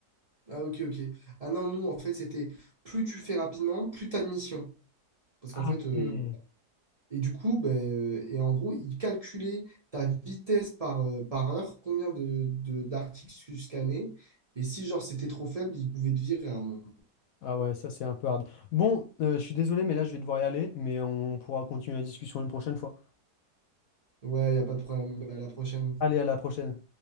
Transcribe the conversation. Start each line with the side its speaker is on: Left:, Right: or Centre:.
Right: Ah ok, ok. Ah non, nous en fait c'était plus tu fais rapidement, plus t'as de missions. Parce
Left: Ah
Right: qu'en fait, euh,
Left: ouais.
Right: et du coup, ben, euh, et en gros, ils calculaient ta vitesse par, euh, par heure, combien de, de- d'articles tu scannais. Et si genre c'était trop faible, ils pouvaient te virer à un moment.
Left: Ah ouais, ça, c'est un peu hard. Bon, euh, je suis désolé, mais là, je vais devoir y aller, mais on pourra continuer la discussion une prochaine fois.
Right: Ouais, il n'y a pas de problème. Bah, À la prochaine.
Left: Allez, à la prochaine.